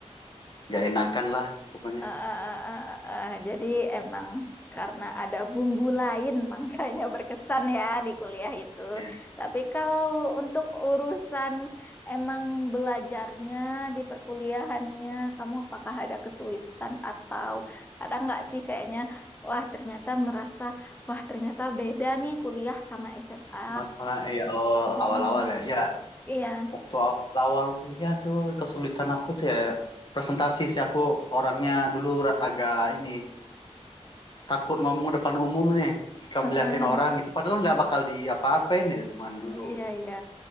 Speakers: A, on the left; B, on the left.
A: nggak enakan lah pokoknya.
B: Ah, ah, ah, ah, ah, ah. Jadi emang karena ada bumbu lain <laughs> makanya berkesan ya di kuliah itu.
A: Iya.
B: Tapi kalau untuk urusan emang belajarnya di perkuliahannya, kamu apakah ada kesulitan atau ada nggak sih kayaknya, wah ternyata merasa, wah ternyata beda nih kuliah sama SMA.
A: Masalah ya oh
B: Mm-mm.
A: awal-awal ya. Ya
B: Iya,
A: Waktu awal, kuliah tuh kesulitan aku tuh ya presentasi sih aku orangnya dulu ra- agak ini takut ngomong depan umum nih kalau
B: Heeh.
A: diliatin orang gitu padahal nggak bakal di apa-apain ya cuman dulu
B: Iya, iya,